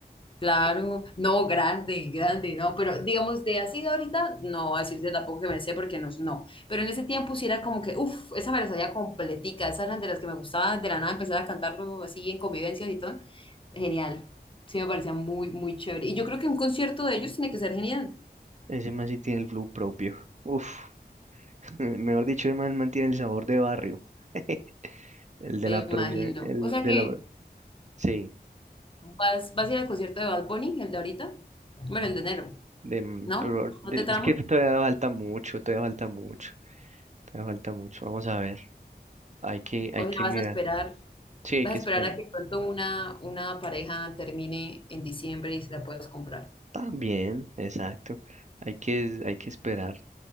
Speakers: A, on the left; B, on the right.
A: Claro, no, grande, grande, no, pero digamos de así de ahorita, no, a decirte tampoco que me sé porque no, no, pero en ese tiempo sí era como que, uff, esa me la sabía completica, esas eran de las que me gustaba de la nada empezar a cantarlo así en convivencias y todo, genial, sí me parecía muy, muy chévere, y yo creo que un concierto de ellos tiene que ser genial,
B: Ese man sí tiene el flow propio. Uff, <laughs> mejor dicho, el man mantiene el sabor de barrio. <laughs> El de
A: me
B: la producción,
A: imagino,
B: el
A: o sea
B: de
A: que
B: la... Sí.
A: vas, vas a ir al concierto de Bad Bunny, el de ahorita, bueno, el de enero,
B: De, mm,
A: ¿no?
B: pero de-
A: ¿No te trama?
B: es que todavía falta mucho, todavía falta mucho, todavía falta mucho. Vamos a ver, hay que, hay
A: O
B: que
A: sea, vas
B: mirar.
A: a esperar.
B: Sí,
A: Vas
B: hay que
A: a esperar
B: esperar.
A: a que pronto una, una pareja termine en diciembre y se la puedas comprar.
B: También, exacto. Hay que, hay que esperar